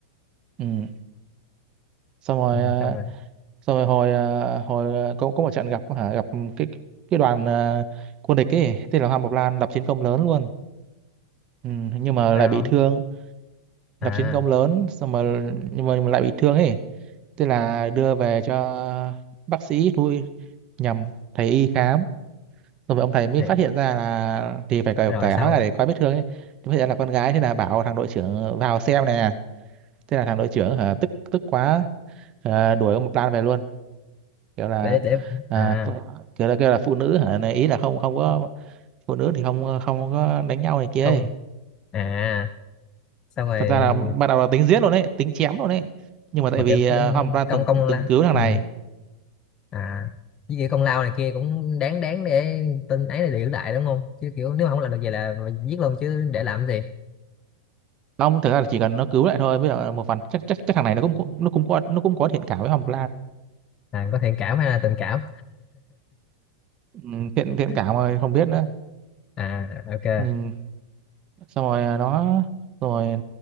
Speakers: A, on the right; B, on the left.
A: ừ. xong rồi
B: ừ.
A: ờ,
B: xong rồi
A: xong rồi hồi ờ, hồi ờ, có có một trận gặp hả gặp cái cái cái đoàn ờ, quân địch ấy tên là Hoàng Bộc Lan lập chiến công lớn luôn ừ, nhưng mà
B: sao
A: lại bị thương lập
B: à
A: chiến công lớn xong rồi nhưng mà, nhưng mà lại bị thương ấy tức là đưa về cho bác sĩ thôi nhầm thầy y khám xong rồi ông thầy mới
B: thì
A: phát hiện ra là thì phải cởi,
B: rồi
A: cởi
B: sau
A: áo ra để coi vết thương ấy thì phát hiện là con gái thế là bảo thằng đội trưởng vào xem nè thế là thằng đội trưởng hả tức tức quá ờ, đuổi ông Mộc Lan về luôn kiểu là
B: để để
A: à,
B: à
A: phụ- kiểu là kêu là phụ nữ hả này ý là không không có phụ nữ thì không không có đánh nhau này kia
B: không
A: ấy.
B: à xong rồi
A: thật ra là ban đầu là tính giết luôn đấy tính chém luôn đấy nhưng mà tại
B: mà
A: vì
B: kiểu
A: à,
B: đến
A: Hoa Mộc
B: công
A: từng
B: công lao
A: từng cứu thằng
B: ừ.
A: này
B: à với kiểu công lao này kia cũng đáng đáng để tin ấy là giữ lại đúng không chứ kiểu nếu mà không làm được vậy là mà giết luôn chứ để làm cái gì
A: Long thực ra là chỉ cần nó cứu lại thôi với lại một phần chắc chắc chắc thằng này nó cũng cũng- nó cũng có nó cũng có thiện cảm với Hoa Mộc
B: à có thiện cảm hay là tình cảm
A: ừ, thiện thiện
B: <laughs>
A: cảm mà không biết nữa
B: à ok
A: ừ, xong rồi nó rồi